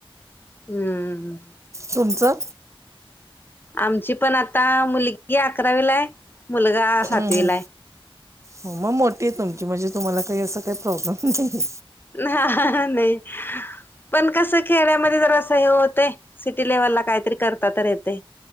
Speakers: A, on the left; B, on the right.
A: हम्म
B: तुमचं
A: आमची पण आता मुलगी अकरावीलाय मुलगा
B: हम्म,
A: सातवीला
B: हम्म.
A: आहे.
B: हो मग मोठी आहे तुमची म्हणजे तुम्हाला काही असं काही प्रॉब्लेम नाहीय.
A: हा नाही पण कसं खेड्यामध्ये जरा असं हे होतय सिटी लेव्हलला काहीतरी करता तर येतय.